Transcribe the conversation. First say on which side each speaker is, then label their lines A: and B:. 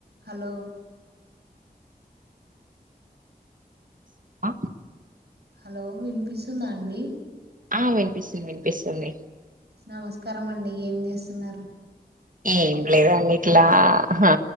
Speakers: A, on the right (about 85°); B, on the right (about 55°).
A: Hello
B: అ
A: hello వినిపిస్తుందా అండి
B: ఆ వినిపిస్తుంది వినిపిస్తుంది
A: నమస్కారం అండి ఏం చేస్తున్నారు
B: ఏం లేదండి ఇట్లా హా